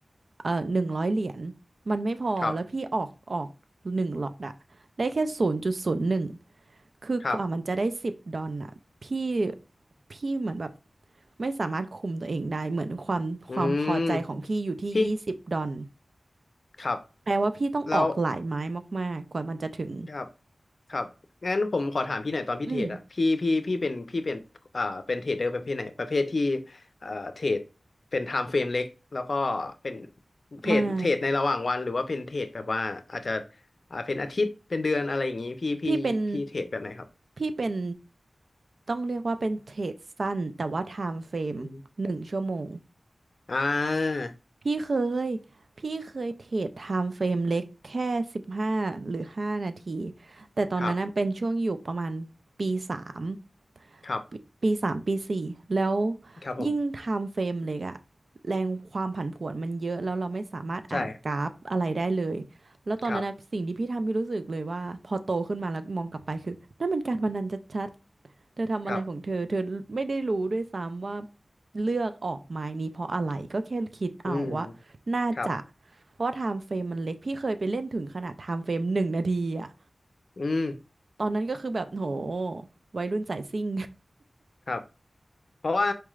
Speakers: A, on the right (about 60°); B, on the left (about 65°).
A: เอ่อหนึ่งร้อยเหรียญมันไม่พอแล้วพี่ออกออกหนึ่งหลอตอะได้แค่ศูนย์จุดศูนย์หนึ่ง
B: ครับ
A: คือกว่ามันจะได้สิบดอลอะพี่
B: ครับ
A: พี่เหมือนแบบไม่สามารถคุมตัวเองได้เหมือนความความพอใจของพี่อยู่ที่ยี่สิบดอล
B: อืมพี่ครับ
A: แปลว่าพี่ต้องออกหลายไม้มากๆกว่ามันจะถึง
B: แล้ว ครับครับงั้นผมขอถามพี่หน่อยตอนพี่เทรดอะพี่พี่พี่เป็นพี่เป็นอ่าเป็นเทรดเดอร์ประเภทไหนประเภทที่
A: อืม
B: เอ่อเทรดเป็นไทม์เฟรมเล็กแล้วก็เป็นเทรดเทรดในระหว่างวันหรือว่าเป็นเทรดแบบว่าอาจจะ
A: ไม่
B: อ่าเป็นอาทิตย์เป็นเดือนอะไรอย่างนี้ พี่พี่พี่เทรดแบบไหนครับ
A: พี่เป็น พี่เป็นต้องเรียกว่าเป็นเทรดสั้นแต่ว่าไทม์เฟรมหนึ่งชั่วโมง
B: อืมอ่า
A: พี่เคย พี่เคยเทรดไทม์เฟรมเล็กแค่สิบห้าหรือห้านาทีแต่ตอนนั้นน่ะเป็นช่วงอยู่ประมาณปีสาม
B: ครับครับ
A: ปีปีสามปีสี่แล้ว
B: ครับผม
A: ยิ่งไทม์เฟรมเล็กอะแรงความผันผวนมันเยอะแล้วเราไม่สามารถอ่านกราฟอะไรได้เลยแล้วตอนนั้นนะสิ่งที่พี่ทำพี่รู้สึกเลยว่าพอโตขึ้นมาแล้วมองกลับไปคือนั่นมันการพนันชัดๆเธอทำอะไรของเธอเธอไม่ได้รู้ด้วยซ้ำว่า
B: ใช่ครับครับ
A: เลือกออกไม้นี้เพราะอะไรก็แค่คิดเอาว่า
B: อืม
A: น่าจะ
B: ครับ
A: เพราะไทม์เฟรมมันเล็กพี่เคยไปเล่นถึงขนาดไทม์เฟรมหนึ่งนาทีอะ
B: อืม
A: ตอนนั้นก็คือแบบโหวัยรุ่นสายซิ่ง
B: ครับ เพราะว่า